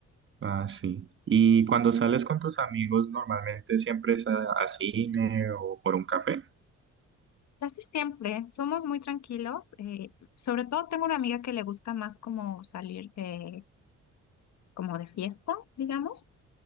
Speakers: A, on the right; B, on the left.
A: Ah, sí. ¿Y cuando sales con tus amigos normalmente siempre es a, a cine o por un café?
B: Casi siempre somos muy tranquilos, eh, sobre todo tengo una amiga que le gusta más como salir eh, como de fiesta, digamos,